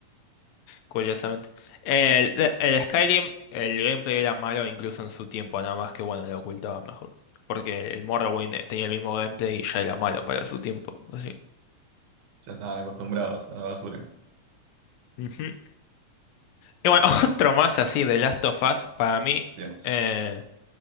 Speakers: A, on the left (about 80°); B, on the right (about 75°).
A: Curiosamente. El, el Skyrim, el gameplay era malo incluso en su tiempo, nada más que bueno, lo ocultaba mejor. Porque el Morrowind tenía el mismo gameplay y ya era malo para su tiempo. Así.
B: Ya estaban acostumbrados a la basura.
A: Ujú. Y bueno, <laughs> otro más así de Last of Us, para mí,
B: Dios.
A: eh,